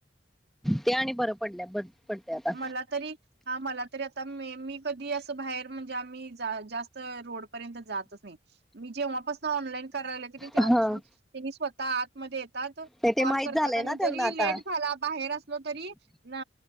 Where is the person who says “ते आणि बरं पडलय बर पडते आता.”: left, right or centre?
Centre